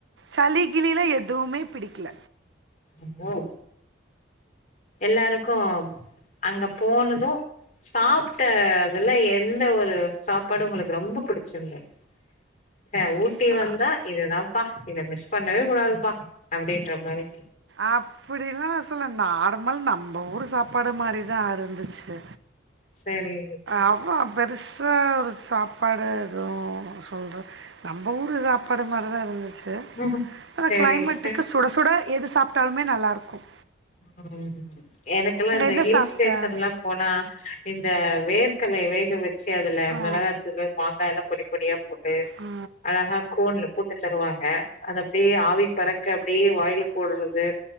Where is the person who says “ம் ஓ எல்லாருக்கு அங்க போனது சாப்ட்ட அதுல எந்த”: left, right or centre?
Left